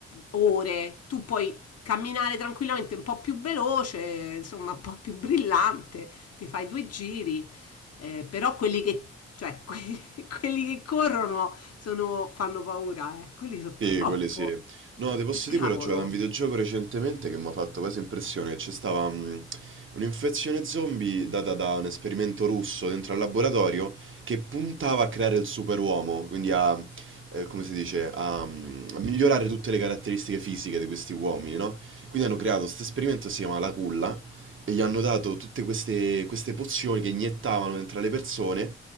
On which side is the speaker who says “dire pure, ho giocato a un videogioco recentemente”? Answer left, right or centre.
Right